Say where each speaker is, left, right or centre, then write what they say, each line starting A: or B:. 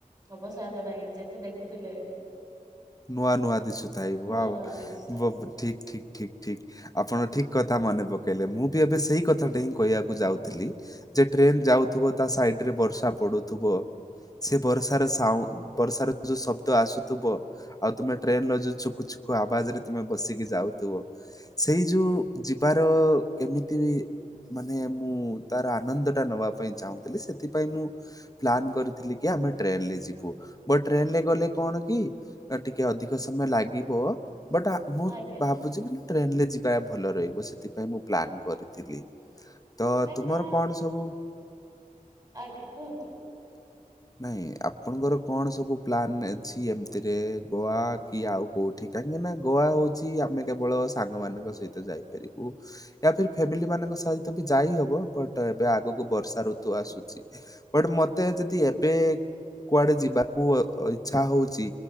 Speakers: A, on the right; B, on the left.
A: ଅବସାଦ ନାହିଁ ଯେତେ ଦେଖୁଥିଲେ
B: ନୂଆ ନୂଆ ଦିଶୁଥାଇ ୱା
A: ନୂଆ ନୂଆ ଦିଶୁଥାଏ
B: ୱା <unintelligible> ଠିକ୍ ଠିକ୍ ଠିକ୍ ଠିକ୍। ଆପଣ ଠିକ୍ କଥା ମନେ ପକେଇଲେ ମୁଁ ବି ଏବେ ସେଇ କଥାଟା ହିଁ କହିଆକୁ ଯାଉଥିଲି। ଯେ ଟ୍ରେନ ଯାଉଥିବ ତା ସାଇଡରେ ବର୍ଷା ପଡୁଥିବ ସେ ବରସାର ସାଉଁ ବରସାର ଯୋ ଶବ୍ଦ ଆସୁଥୁବ ଆଉ ତୁମେ ଟ୍ରେନର ଯୋଉ ଛୁକୁ ଛୁକୁ ଆବାଜରେ ତୁମେ ବସିକି ଯାଉଥୁବ ସେଇ ଯୋଉ ଯିବାର କେମିତି ବି ମାନେ ମୁଁ ତାର ଆନନ୍ଦଟା ନବା ପାଇଁ ଚାହୁଁଥିଲି ସେଥିପାଇଁ ମୁଁ ପ୍ଲାନ୍ କରିଥିଲି କି ଆମେ ଟ୍ରେଲ୍ ରେ ଯିବୁ ବ ଟ୍ରେନ୍ ରେ ଗଲେ କଣ କି ତାର ଟିକେ ଅଧିକ ସମୟ ଲାଗିବ ବଟ୍ ମୁଁ
A: ଆଜ୍ଞା
B: ଭାବୁଛି କି ନା ଟ୍ରେନ୍ ରେ ଯିବା ଭଲ ରହିବ ସେଥିପାଇଁ ମୁଁ ପ୍ଲାନ୍ କରିଥିଲି। ତ
A: ତାନା
B: ତୁମର କଣ ସବୁ
A: ଆଜ୍ଞା କୁହନ୍ତୁ।
B: ନାହିଁ ଆପଣଙ୍କର କଣ ସବୁ ପ୍ଲାନ୍ ଅଛି ଏମିତିରେ ଗୋଆ କି ଆଉ କୋଉଠି କାହିଁକି ନା ଗୋଆ ହଉଛି ଆମେ କେବଳ ସାଙ୍ଗମାନଙ୍କ ସହିତ ଯାଇପାରିବୁ। ୟା ଫିର୍ ଫ୍ୟାମିଲି ମାନଙ୍କ ସହିତ ବି ଯାଇ ହବ ବଟ୍ ଏବେ ଆଗକୁ ବର୍ଷା ଋତୁ ଆସୁଚି। ବଟ୍ ମତେ ଯଦି ଏବେ କୁଆଡେ ଯିବାକୁ ଇଚ୍ଛା ହଉଛି